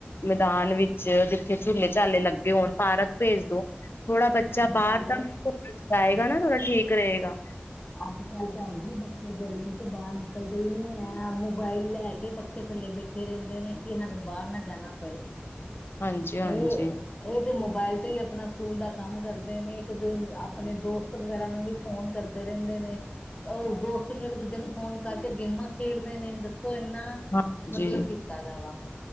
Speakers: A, on the left; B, on the left.
A: ਮੈਦਾਨ ਵਿੱਚ ਜਿੱਥੇ ਝੂਲੇ ਝਾਲੇ ਲੱਗੇ ਹੋਣ ਪਾਰਕ ਭੇਜ ਦੋ। ਥੋੜਾ ਬੱਚਾ
B: ਅੱਜ
A: ਬਾਹਰ
B: ਕੱਲ
A: ਦਾਲ ਜਾਏਗਾ ਨਾ ਥੋੜਾ ਠੀਕ ਰਹੇਗਾ।
B: ਅੱਜ ਕੱਲ ਭੈਣ ਜੀ ਬੱਚੇ ਗਰਮੀ ਤੋਂ ਬਾਹਰ ਨਿਕਲਦੇ ਹੀ ਨੀ ਹੈ ਮੋਬਾਇਲ ਲੈ ਕੇ ਪੱਖੇ ਥੱਲੇ ਬੈਠੇ ਫੇ ਰਹਿੰਦੇ ਨੇ ਕਿ ਸਾਨੂੰ ਬਾਹਰ ਨਾ ਜਾਣਾ ਪਏ।
A: ਹਾਂਜੀ ਹਾਂਜੀ
B: ਇਹ ਤੇ ਮੋਬਾਇਲ ਤੇ ਹੀ ਆਪਣਾ ਸਕੂਲ ਦਾ ਕੰਮ ਕਰਦੇ ਨੇ ਇੱਕ ਦ ਆਪਣੇ ਦੋਸਤ ਵਗੈਰਾ ਨੂੰ ਵੀ ਫੋਨ ਕਰ ਰਹਿੰਦੇ ਨੇ ਉਹ ਦੋਸਤ ਨੂੰ ਇੱਕ ਦੂਜੇ ਨੂੰ ਫੋਨ ਕਰਕੇ ਗੇਮਾਂ ਖੇਡਦੇ ਨੇ ਦੱਸੋ ਇੰਨਾ
A: ਹਾਂਜੀ
B: ਮਤਲਬ ਕੀਤਾ ਗ ਵਾ